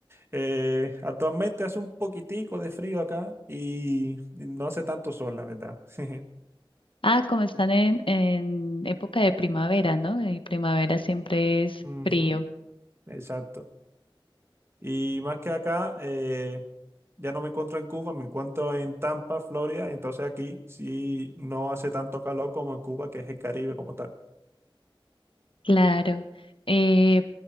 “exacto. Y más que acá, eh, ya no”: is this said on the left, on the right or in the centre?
Right